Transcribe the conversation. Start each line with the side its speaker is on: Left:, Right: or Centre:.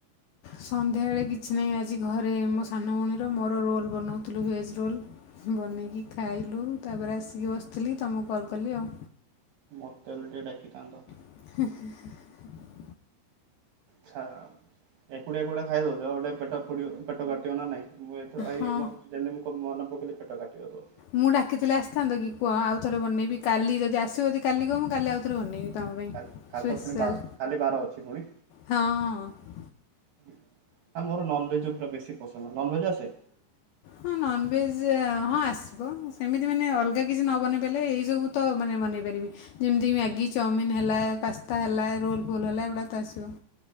Left: ସନ୍ଧ୍ୟାବେଳେ କିଛି ନାହିଁ ଆଜି ଘରେ ମୋ ସାନ ଭଉଣୀର ମୋର ରୋଲ୍ ବନାଉଥିଲୁ ଭେଜ୍ ରୋଲ୍। ବନେଇକି ଖାଇଲୁ ତାପରେ ଆସିକି ବସିଥିଲି ତମକୁ କଲ୍ କଲି ଆଉ।
Right: ମତେ ହେଲେ ଟିକେ ଡାକିଥାନ୍ତତ।
Left: <inaudible>
Right: ଚ୍ଛା ଏକୁଡିଆ ଏକୁଡିଆ ଖାଇଦଉଛ ଗୋଟେ ପେଟ ଫୋଡିବ ପେଟ କାଟିବ ନା ନାଇଁ। ମୁଁ ଏଥର
Left: ହଁ
Right: ଏଇମ ଯେମତି ମୁ ମନେ ପକେଲି ପେଟ କାଟିବତୋର।
Left: ମୁଁ ଡାକିିଥିଲେ ଆସିଥାନ୍ତକି କୁହ ଆଉଥରେ ବନେଇବି କାଲି ଯଦି ଆସିବ ଯଦି କାଲି କହିବ ମୁଁ କାଲି ଆଉ ଥରେ ବନେଇବି। ତମ ପାଇଁ
Right: କାଲ କାଲି
Left: ସ୍ପେଶାଲ୍
Right: ତ ପୁଣି ବାର କାଲି ବାର ଅଛି ପୁଣି।
Left: ହଁ ହଁ
Right: ନା ମୋର ନନଭେଜ ଉପରେ ବେଶୀ ପସନ୍ଦ। ନନଭେଜ୍ ଆସେ?
Left: ହଁ ନନଭେଜ ହଁ ଆସିବ ସେମିତି ମାନେ ଅଲଗା କିଛି ନବନେଇ ପାରଲେ ଏଇ ସବୁ ତ ମାନେତ ବନେଇ ପାରିବି ଯେମିତି ମ୍ୟାଗି ଚାଉମିନ୍ ହେଲା ପାସ୍ତା ହେଲା ରୋଲ୍ ଫୋଲ୍ ହେଲା ଏଗୁଡ଼ା ତ ଆସିବ।